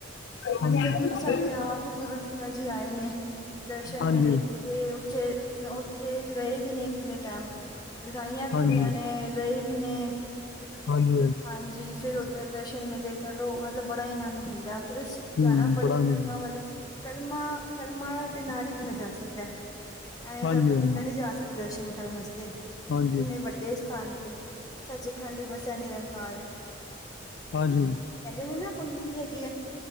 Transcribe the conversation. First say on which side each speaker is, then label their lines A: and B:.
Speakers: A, on the left; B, on the left.
A: ਮਜੇ
B: ਹਾਂਜੀ
A: ਤਾਂ ਗੁਰੂ ਸਾਡੇ ਆਪ ਗੁਰੂ ਪਿਤਾ ਜੀ ਆਏ ਨੇ, ਦਰਸ਼ਨ
B: ਹਾਂਜੀ
A: ਮੇਲੇ ਕੀਤੇ ਉੱਥੇ ਉੱਥੇ ਰਹੇ ਵੀ ਨੇ ਕਿੰਨੇ ਟੈਮ ਲੜਾਈਆਂ ਵੀ
B: ਹਾਂਜੀ
A: ਹੋਈਆਂ ਨੇ ਰਹੇ ਵੀ ਨੇ।
B: ਹਾਂਜੀ,
A: ਹਾਂਜੀ ਫਿਰ ਉੱਧਰ ਦਰਸ਼ਨ ਮਿਲੇ ਕਰੋ ਮਤਲਬ ਬੜਾ ਈ ਆਨੰਦ ਮਿਲਦਾ। ਜਦੋ ਜਾਣਾ
B: ਹੂੰ
A: ਬੜੇ
B: ਪੜਾਂਗੇ
A: ਕਰਮਾਂ
B: ਜੀ
A: ਵਾਲੇ ਕਰਮਾਂ ਕਰਮਾਂ ਦੇ ਨਾਲ ਹੀ ਬਣਿਆ ਜਾ ਸਕਦਾ। ਐ
B: ਹਾਂਜੀ
A: ਹਰ ਕੋਈ ਬੰਦਾ ਨੀ ਜਾ ਸਕਦਾ ਦਰਸ਼ਨ ਕਰਨ ਵਾਸਤੇ,
B: ਹਾਂਜੀ
A: ਇੰਨੇ
B: ਹਾਂਜੀ
A: ਵੱਡੇ ਸਥਾਨ ਤੇ ਸੱਚਖੰਡ ਵਸਿਆ ਨਿਰੰਕਾਰ
B: ਹਾਂਜੀ,
A: ਕਹਿੰਦੇ ਨੇ ਨਾ ਪੰਗਤੀ ਹੈਗੀ ਐ,